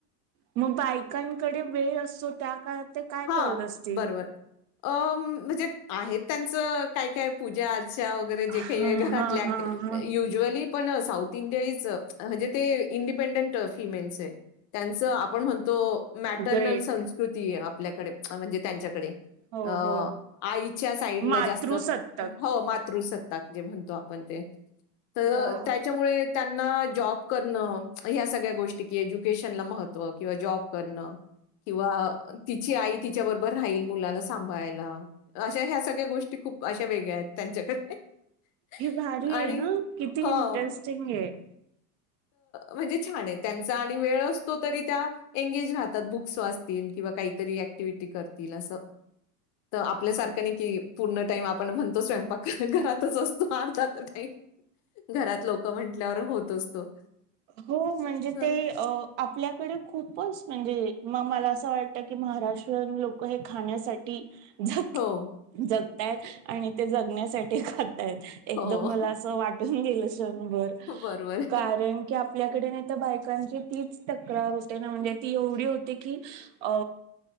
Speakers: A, on the right; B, on the left.
A: मग बायकांकडे वेळ असतो, त्या काळात ते काय
B: हां,
A: करत असतील?
B: बरोबर. अ म्हणजे आहेत त्यांचं काय काय पूजा, अर्चा वगैरे जे
A: हा
B: काही घरातल्या
A: हा
B: ऍक्टिव्हिटी
A: हा हा
B: उजूवली पण साऊथ इंडिया इज म्हणजे ते इंडिपेंडेन्ट फिमेन्स आहे. त्यांचं आपण म्हणतो मॅटर्नल
A: ग्रेट
B: संस्कृती आपल्याकडे म्हणजे त्यांच्याकडे
A: हो
B: अ
A: हो
B: आईच्या साईडला
A: मातृसत्ताक
B: जास्त हो मातृ स म्हणतो आपण ते त
A: वा
B: त्याच्यामुळे त्यांना जॉब करण. ह्या सगळ्या गोष्टी एज्युकेशनला महत्व किंवा जॉब करणं. किंवा तिची आई तिच्याबरोबर राहील मुलाला सांभाळायला. अशा ह्या सगळ्या गोष्टी खूप अशा वेगळ्या आहेत. <unintelligible>
A: हे भारी
B: आणि
A: आहे ना किती
B: हो.
A: इंटरेस्टिंग आहे.
B: म्हणजे छान आहे त्यांचा आणि वेळ असतो तरी त्या एंगेज राहतात. बुक्स वाचतील. किं किवा काहीतरी ऍक्टिव्हटी करतील असं. तर आपल्यासारखं नाही कि पूर्ण टाईम आपण म्हणतो स्वयंपाक घरातच असतो. अर्धात टाईम. घरात लोक म्हंटल्यावर होतोच तो.
A: हो म्हणजे
B: तर
A: ते आपल्याकडे खूपच म्हणजे मग मला असं वाटतं की महाराष्ट्रीयन लोक हे खाण्यासाठी जग
B: हो.
A: जगताय आणि ते जगण्यासाठी खात एकदम
B: हो.
A: मला असं वाटून गेलं क्षणभर.
B: बरोबर.
A: कारण की आपल्याकडे नाही तर बायकांची तीच तक्रार होते ना म्हणजे ती एवढी होते की अ